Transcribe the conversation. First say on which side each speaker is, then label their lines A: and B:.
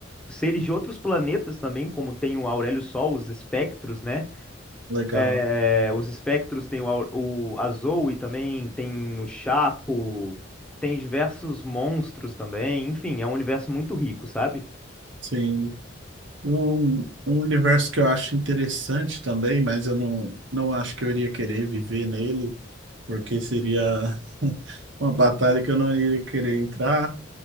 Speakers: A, in the centre; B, on the right.
A: seres de outros planetas também, como tem o Aurélio Sol, os espectros, né?
B: legal.
A: É, os espectros tem o, Au- o a Zoe também, tem o Chaco, tem diversos monstros também. Enfim, é um universo muito rico, sabe?
B: Sim. Um, um universo que eu acho interessante também, mas eu não, não acho que eu iria querer viver nele, porque seria <laughs> uma batalha que eu não iria querer entrar,